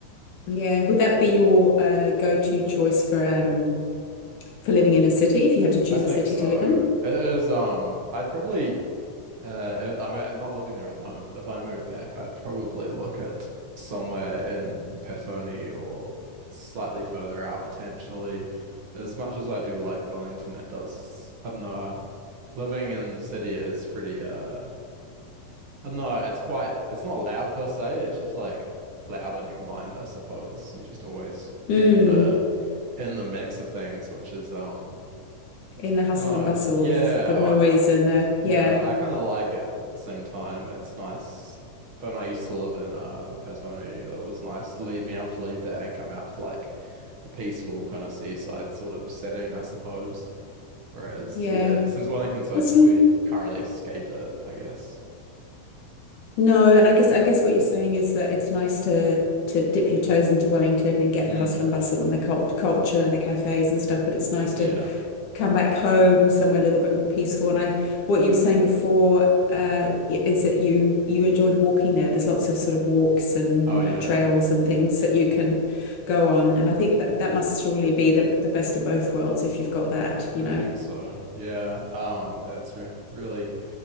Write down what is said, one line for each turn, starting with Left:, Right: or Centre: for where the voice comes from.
Left: Yeah. Would that be your uh, go-to choice for um for living in a city if you had to choose
Right: I think
Left: a city
Right: so.
Left: to live in?
Right: It is, um, I'd probably, uh, if- I'm, I'm not living there at the moment, but if I move back, I'd probably look at somewhere in Petone or slightly further out potentially. As much as I do like Wellington, it does, I don't know, living in the city is pretty, uh, I don't know, it's quite, it's not loud per se, it's just like loud on your mind, I suppose. You're just always
Left: Mm.
Right: in the, in the mix of things, which is, um,
Left: In the hustle
Right: no,
Left: and bustle
Right: yeah,
Left: of the noise and the
Right: yeah,
Left: yeah,
Right: I kind of like it, but at the same time, it's nice. When I used to live in uh Patagonia, it was nice leave, being able to leave there and come out to like a peaceful kind of seaside sort of setting, I suppose. Whereas,
Left: yeah.
Right: yeah, since Wellington's so
Left: It's,
Right: small, you can't really escape it, I guess.
Left: no, and I guess I guess what you're saying is that it's nice to to dip your toes into Wellington and get
Right: Hmm.
Left: the hustle and bustle and the cult culture and the cafes and stuff, but it's nice
Right: Yeah.
Left: to come back home somewhere a little bit more peaceful. And I, what you were saying before, uh, is that you you enjoyed walking there. There's lots of sort of walks and
Right: Oh, yeah.
Left: uh, trails and things that you can go on. And I think
Right: Hmm.
Left: that that must surely be the the best of both worlds if you've got that, you
Right: I
Left: know.
Right: think so. Yeah. Um. That's re really.